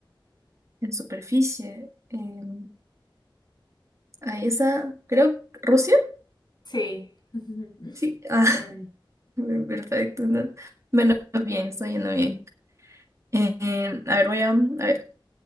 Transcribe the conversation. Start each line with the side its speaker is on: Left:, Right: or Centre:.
Right: En superficie. em, ahí está, creo, ¿Rusia?
Left: Sí. <laughs>
Right: Sí. Ah. <laughs>
Left: N.
Right: Bien, Perfecto. ¿no? Bueno, bien, estoy yendo bien. Eh, eh, a ver, voy a, a ver.